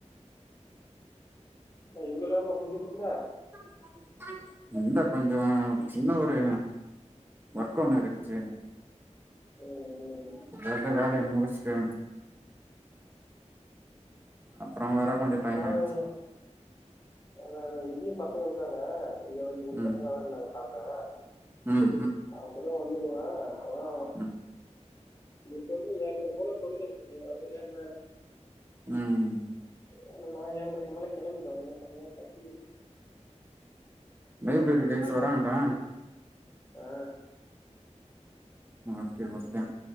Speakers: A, on the left (about 30°); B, on the right (about 15°).
A: நா இவ்ளோ நேரமா குடிச்சிட்டு இருந்த
B: சரி சரி எந்த கொஞ்ச சின்ன ஒரு ஒர்க் ஒண்ணு இருந்ச்சி
A: ம் ம்
B: கரெக்டா வேலைய முடிச்ட்டு அப்புறோ வர
A: கோபால்
B: கொஞ்சோ டைம் ஆயிடுச்சு
A: ஆனா இங்கியு பசங்க இருக்காங்க இங்க ரெண்டு மூணு
B: ம்
A: பசங்க தான இருந்தாங்க சாப்ட
B: ம்
A: அவங் கூட வந்துருவ அதா
B: ஆ
A: நீ சொல்லு எல்ர போல சொல்லு நீ அவ என்னால
B: ம்
A: ஏனா நான் ஏழ்ரைக்கு மேல கெளம்பிடுவே எனக் செம்மையாருக்காது
B: லைப்ரரி கைய்ச் வராங்களா
A: சாப்பிட்டது ஆ
B: ஓகே ஓகே